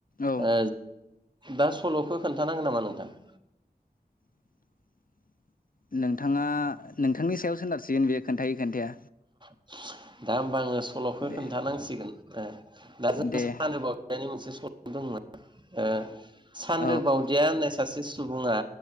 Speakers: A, on the left; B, on the right.
A: औ
B: ओ दा सलखौ खोन्थानांगो नामा नोंथां?
A: <inaudible> नोंथाङा नोंथांनि सायाव सोनारसिगोन बेयो खोन्थायो खोन्थाया
B: दा होमबा आङो सलखौ
A: दे
B: खोन्थानांसिगोन दा जों
A: दे
B: सोन्दो बाव दियानि मोनसे सल दंमोन ओ सान्दो
A: औ
B: बावदिया होननाय सासे सुबुङा